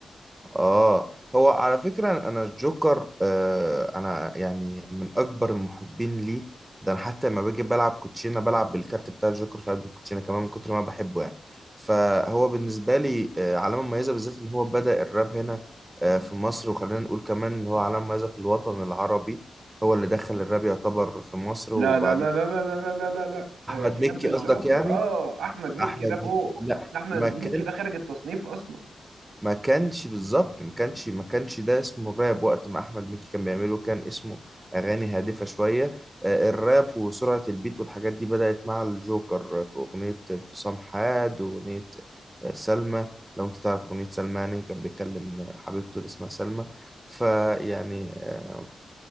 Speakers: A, on the right; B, on the right.
A: اه هو على فكرة انا الجوكر آه انا يعني من اكبر المحبين ليه ده انا حتى لما باجي بلعب كوتشينة بلعب بالكارت بتاع الجوكر في قلب الكوتشينة كمان من كتر ما أنا بحبه يعني فهو بالنسبة لي آه علامة مميزة بالذات اللي هو بدأ الراب هنا آه في مصر وخلينا نقول كمان ان هو علامة مميزة في الوطن العربي هو اللي دخل الراب يعتبر في مصر
B: لا
A: وبعديه
B: لا لا لا لا لا لا لا لا لا آه،
A: احمد
B: في قبل
A: مكي
B: الجوكر
A: قصدك يعني
B: اه احمد مكي
A: احمد
B: ده فوق
A: مكي لا
B: ده احمد
A: ما
B: مكي
A: كانش
B: ده خارج التصنيف اصلا
A: ما كانش بالظبط ما كانش ما كانش ده اسمه الراب وقت ما احمد مكي كان بيعمله كان اسمه اغاني هادفه شويه آه، الراب وسرعه البيت والحاجات دي بدات مع الجوكر في اغنيه انفصام حاد واغنيه آه، سلمى لو انت تعرف اغنيه سلمى يعني كان بيكلم حبيبته اللي اسمها سلمى فيعني آه،